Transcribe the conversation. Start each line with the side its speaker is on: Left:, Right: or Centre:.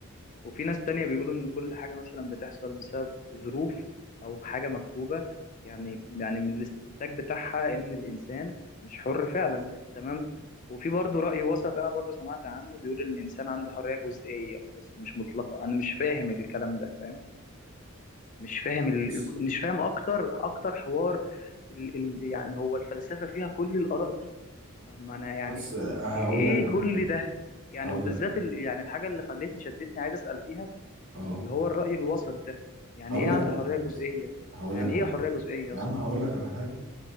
Left: وفي ناس تانية بيقولوا ان كل حاجة مثلا بتحصل بسبب ظروف او حاجة مكتوبة يعني يعني من الاستنتاج بتاعها ان الانسان مش حر فعلا تمام وفي برضه رأي وسط انا برضه سمعت عنه بيقول ان الانسان عنده حرية جزئية بس مش مطلقة انا مش فاهم الكلام ده فاهم مش فاهم ال...
Right: بص
Left: مش فاهم اكتر اكتر حوار ال... ال... يعني هو الفلسفه فيها كل الاراء دي طب ما انا يعني
Right: بس آه،
Left: ايه
Right: هقول
Left: إيه
Right: لك على
Left: كل
Right: حاجة
Left: ده يعني
Right: هقول
Left: وبالذات
Right: لك
Left: ال... يعني الحاجه اللي خلتني شدتني عايز اسال فيها
Right: اه
Left: اللي هو الراي الوسط ده يعني
Right: هقول
Left: ايه عنده
Right: لك على
Left: حريه
Right: حاجه
Left: جزئيه
Right: اسمها هقول
Left: يعني
Right: لك على
Left: ايه حريه
Right: حاجه
Left: جزئيه
Right: يا
Left: اصلا
Right: عم هقول لك على حاجه